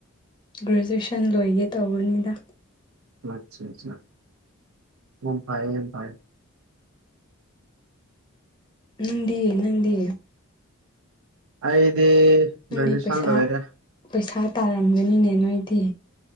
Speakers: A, on the left (about 20°); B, on the right (about 75°).
A: ꯒ꯭ꯔꯦꯖꯨꯑꯦꯁꯟ ꯂꯣꯏꯒꯦ ꯇꯧꯕꯅꯤꯗ
B: ꯑꯠꯆꯥ ꯆꯥ ꯌꯥꯝ ꯐꯥꯢꯌꯦ ꯌꯥꯝ ꯐꯥꯢꯌꯦ
A: ꯅꯪꯗꯤ ꯅꯪꯗꯤ
B: ꯑꯩꯗꯤ
A: ꯅꯪꯗꯤ
B: ꯒ꯭ꯔꯦꯖꯨꯌꯦꯁꯟ
A: ꯄꯩꯁꯥ
B: ꯂꯣꯏꯔꯦ
A: ꯄꯩꯁꯥ ꯇꯥꯔꯝꯒꯅꯤꯅꯦ ꯅꯣꯏꯗꯤ